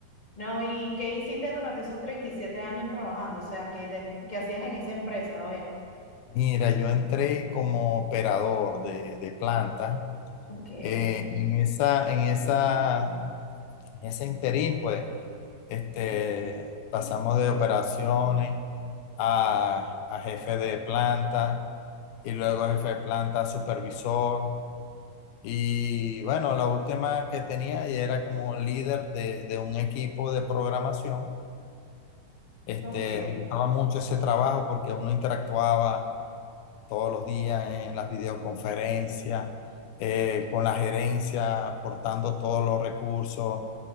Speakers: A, on the left (about 15°); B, on the left (about 80°).
A: No, ¿y qué hiciste durante esos 37 años trabajando? O sea, ¿qué, de- qué, qué hacías en esa empresa? A ver.
B: Mira, yo entré como operador de, de planta.
A: Ok,
B: Eh, en esa, en esa, en ese interín, pues, este, pasamos de operaciones a, a jefe de planta y luego jefe de planta a supervisor. Y bueno, la última que tenía y era como líder de, de un equipo de programación. Este,
A: ok,
B: me gustaba mucho ese trabajo porque uno interactuaba todos los días en las videoconferencias, eh, con la gerencia, aportando todos los recursos